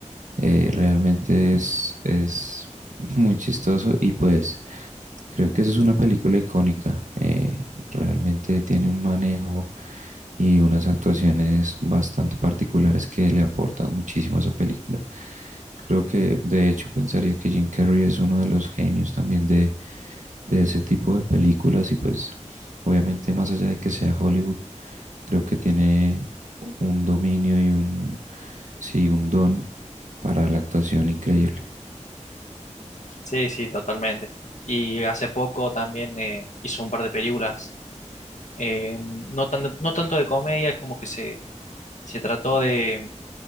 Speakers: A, on the right; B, on the left.
A: eh, realmente es, es <laughs> muy chistoso y pues creo que eso es una película icónica. eh, realmente tiene un manejo y unas actuaciones bastante particulares que le aportan muchísimo a esa película. Yo creo que de hecho pensaría que Jim Carrey es uno de los genios también de, de ese tipo de películas y pues obviamente más allá de que sea Hollywood, creo que tiene un dominio y un, sí, un don para la actuación increíble.
B: Sí, sí, totalmente. Y hace poco también eh, hizo un par de películas, eh, no tan- no tanto de comedia, es como que se, se trató de,